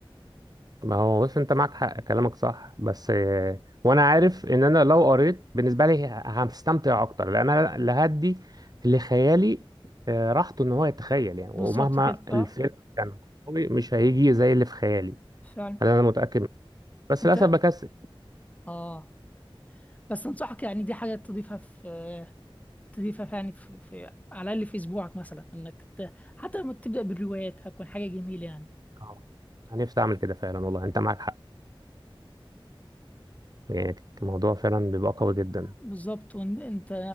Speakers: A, on the right; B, on the left.
A: ما هو بص انت معاك حق كلامك صح بس آه، وانا عارف ان انا لو قريت بالنسبه لي ه- هستمتع اكتر لان انا اللي هدي لخيالي آه، راحته ان هو يتخيل يعني
B: بالظبط
A: ومهما
B: كده اه
A: الفيلم كان قوي مش هيجي زي اللي في خيالي
B: فعلا
A: هذا انا متاكد منه. بس
B: انت
A: للاسف بكسل
B: اه بس انصحك يعني دي حاجه تضيفها في تضيفها في- يعني في... في على الاقل في اسبوعك مثلا انك ت... حتى لما تبدا بالروايات هتكون حاجه جميله يعني
A: اه انا نفسي اعمل كده فعلا والله انت معاك حق يعني الموضوع فعلا بيبقى قوي جدا
B: بالظبط وانت